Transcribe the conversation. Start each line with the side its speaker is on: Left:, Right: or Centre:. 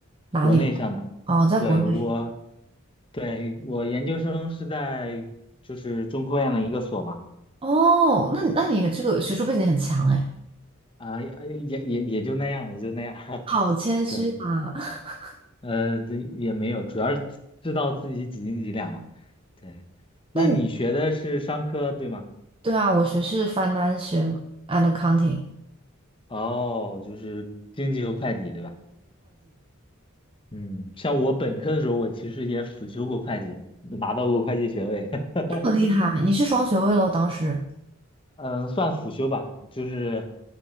Right: 哪里？
Left: 国内上的。
Right: 哦，在国内。
Left: 对，我，对，我研究生是在就是中科院的一个所嘛，
Right: 哦，那你那你这个学术背景很强哎，
Left: 啊，也也也也就那样，也就那样。<laughs>
Right: 好谦虚啊。
Left: 对，
Right: <laughs>
Left: 呃，这也没有，主要是知知道自己几斤几两嘛。对，那你学的是商科，
Right: 那你
Left: 对吗？
Right: 对啊，我学是 Financial and Accounting，
Left: 哦，就是经济和会计，对吧？嗯，像我本科的时候，我其实也辅修过会计，拿到过会计学位。<laughs>
Right: 这么厉害，你是双学位喽？当时，
Left: 嗯，算辅修吧，就是